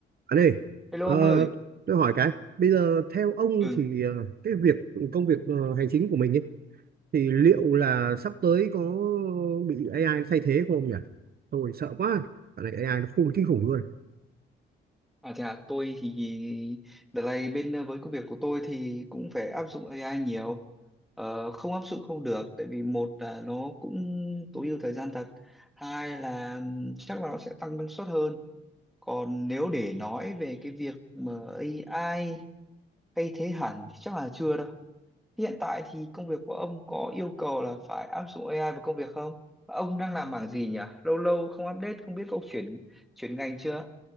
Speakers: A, on the right; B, in the centre.
A: Anh ơi,
B: Hello
A: ờ,
B: ông ơi.
A: tôi hỏi cái, bây giờ theo ông
B: Ừ,
A: thì ờ, cái việc công việc ờ, hành chính của mình ấy, thì liệu là sắp tới có bị AI nó thay thế không nhỉ? Tôi sợ quá, cái này AI nó khôn kinh khủng luôn.
B: à thế à, tôi thì đợt này bên ờ, với công việc của tôi thì cũng phải áp dụng AI nhiều. Ờ, không áp dụng không được, tại vì một là nó cũng tối ưu thời gian thật, hai là chắc là nó sẽ tăng năng suất hơn. Còn nếu để nói về cái việc mà AI thay thế hẳn thì chắc là chưa đâu. Hiện tại thì công việc của ông có yêu cầu là phải áp dụng AI vào công việc không? Và Ông đang làm bảng gì nhỉ? Lâu lâu không update, không biết ông chuyển chuyển ngành chưa?